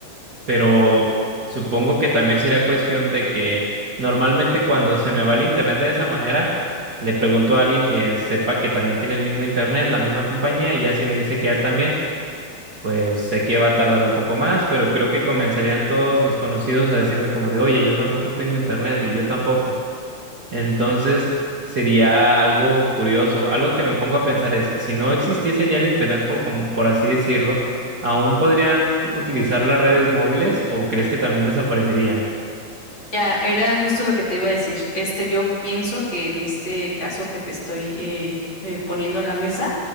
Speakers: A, on the right (about 85°); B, on the left (about 30°).
A: pero supongo que también sería cuestión de que normalmente cuando se me va el internet de esa manera, le pregunto a alguien que sepa que también tiene el mismo internet, la misma compañía, y ya si me dice que él también, pues sé que va a tardar un poco más, pero creo que comenzarían todos mis conocidos a decirme como de, oye, yo tampoco tengo internet y yo tampoco. Entonces sería algo curioso. Algo que me pongo a pensar es, si no existiese ya el Internet, por, como- por así decirlo, ¿aún podrían utilizar las redes móviles o crees que también desaparecerían?
B: Ya, era justo lo que te iba a decir. Este, yo pienso que en este caso que te estoy eh, eh, poniendo en la mesa,